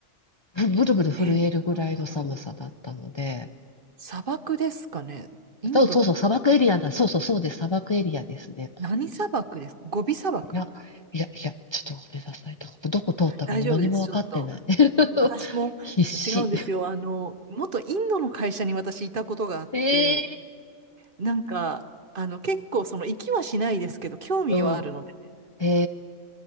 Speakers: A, on the left (about 30°); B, on the right (about 50°).
A: ぶブルブル震えるぐらいの寒さだったので、
B: え、なんだろう。砂漠ですかね。インド、
A: そうそうそう、砂漠エリアだ。そうそうそうです。砂漠エリアですね。
B: 何砂漠ですゴビ砂漠
A: いや、いや、いや、ちょっとごめんなさい。なんかどこ通ったかも何もわかってない。
B: 大丈夫です。ちょっと、
A: <laughs>
B: 私も
A: 必死。
B: 違うんですよ。あの、元インドの会社に私いたことがあって、
A: ええ
B: なんか、あの、結構その、行きはしないですけど、興味はあるので、
A: うん。え